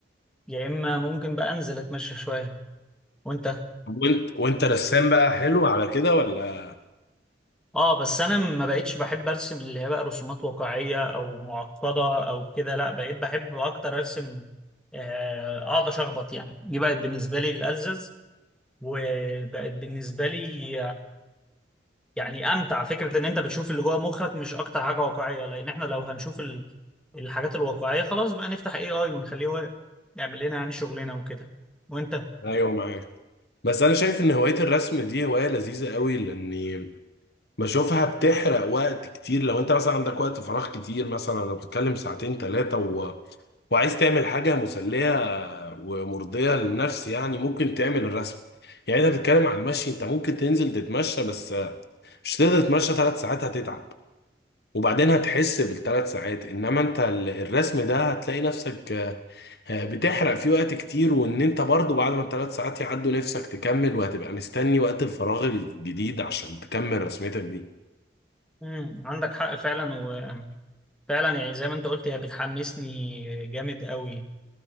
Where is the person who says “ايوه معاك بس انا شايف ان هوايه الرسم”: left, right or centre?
Left